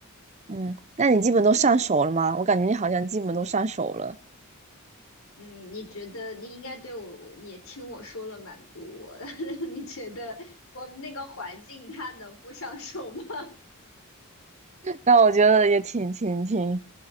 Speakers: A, on the right; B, on the left.
A: 嗯，那你基本都上手了吗？我感觉你好像基本都上手了，
B: 嗯，你觉得你应该对我，你也听我说了蛮多，<laughs> 你觉得我们那个环境他能不上手吗？
A: <laughs> 那我觉得也挺挺挺，